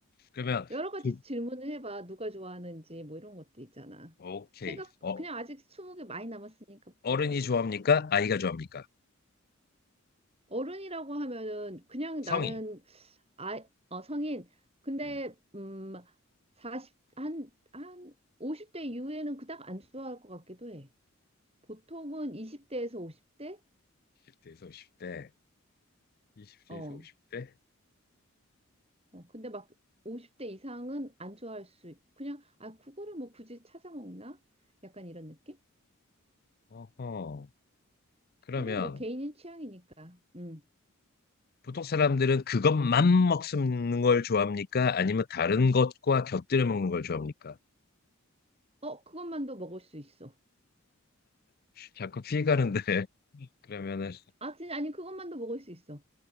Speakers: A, on the left; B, on the right.
A: 그러면
B: 여러 가지
A: 그,
B: 질문을 해봐. 누가 좋아하는지 뭐 이런 것도 있잖아.
A: 오케이
B: 생각
A: 어
B: 그냥 아직 스무 개 많이 남았으니까
A: 어른이
B: 물어봐봐.
A: 좋아합니까? 아이가 좋아합니까?
B: 어른이라고 하면은 그냥
A: 성인
B: 나는 아, 어, 성인. 근데
A: 음,
B: 음 40, 한, 한 50대 이후에는 그닥 안 좋아할 것 같기도 해. 보통은 20대에서 50대?
A: 0대에서 50대 20대에서
B: 어,
A: 50대
B: 어, 근데 막 50대 이상은 안 좋아할 수, 있- 그냥, 아, 그거를 뭐 굳이 찾아 먹나? 약간 이런 느낌?
A: 어허 그러면
B: 근데 뭐 개인의 취향이니까. 음.
A: 보통 사람들은 그것만 먹는 걸 좋아합니까? 아니면 다른 것과 곁들여 먹는 걸 좋아합니까?
B: 어, 그것만도 먹을 수 있어.
A: 자꾸 피해가는데 <laughs> 그러면은
B: 아, 진짜, 아니, 그것만도 먹을 수 있어.